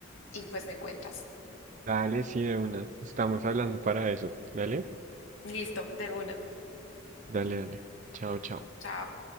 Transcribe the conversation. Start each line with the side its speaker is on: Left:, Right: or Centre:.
Left: y pues me cuentas.
Right: Dale, sí, de una, estamos hablando para eso, dale,
Left: Listo, de una.
Right: dale, dale, chao, chao.
Left: Chao.